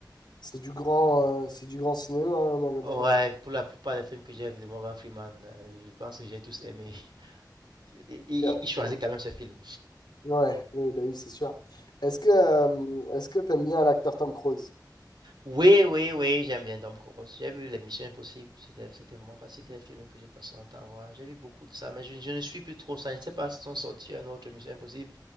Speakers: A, on the left; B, on the right.
A: c'est du grand euh, c'est du grand cinéma, hein, Morgan
B: Ouais,
A: Freeman.
B: pour la plupart des films que j'ai vus de Morgan Freeman, euh, je pense que j'ai tous aimé. <laughs> Il, il-
A: Ok.
B: il choisit quand même ce film.
A: Ouais, oui, bah oui, c'est sûr. Est-ce que euh, est-ce que t'aimes bien l'acteur Tom Cruise?
B: Oui, oui, oui, j'aime bien Tom Cruise. J'ai vu Les Missions Impossibles. C'était, c'était vraiment pas, c'était des films que j'ai passé mon temps à voir. J'ai vu beaucoup de ça, mais je, je ne suis plus trop ça. Je ne sais pas si sont sortis un autre Mission Impossible,